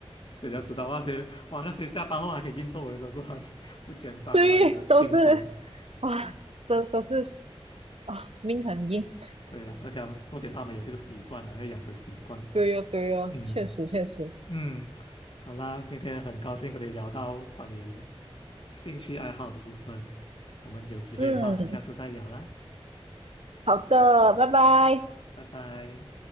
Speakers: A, on the left (about 55°); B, on the right (about 80°).
A: 所以你要知道那些哇，那些下班后还可以运动的，真是很不简单啊，
B: 对，
A: 他们的精神。
B: 都是哇，
A: 嗯，
B: 这都是啊，命很硬。
A: 对了，而且他们重点是他们有这个习惯啊，要养成习惯。
B: 对哦，对哦，
A: 嗯
B: 确实确实。
A: 嗯，好啦，今天很高兴跟你聊到关于兴趣爱好的部分，我们有机会的话，
B: 嗯，
A: 下次再聊啦，
B: 好的，拜拜。
A: 拜拜。